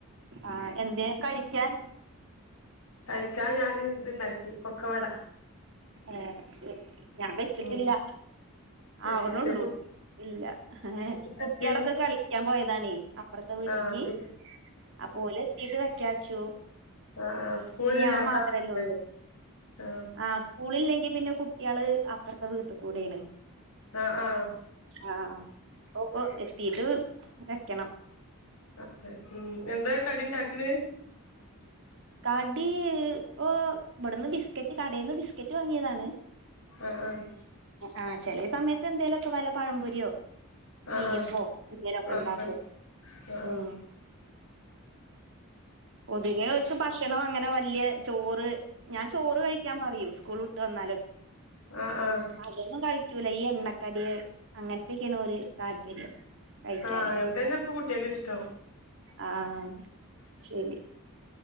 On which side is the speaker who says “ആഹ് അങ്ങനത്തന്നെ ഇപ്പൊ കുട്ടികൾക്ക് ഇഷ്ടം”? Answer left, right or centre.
Left